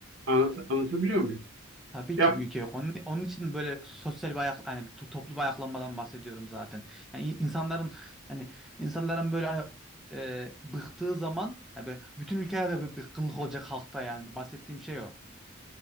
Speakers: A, on the right (about 60°); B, in the centre.
A: Anlat, anlatabiliyor muyum?
B: Tabii
A: Ya,
B: ki büyük yok. Onun, onun için böyle sosyal bir ayak, hani to- toplu bir ayaklanmadan bahsediyorum zaten. Yani in- insanların yani insanların böyle hani e, bıktığı zaman yani böyle bütün ülkelerde bir bıkkınlık olacak halkta yani. Bahsettiğim şey o.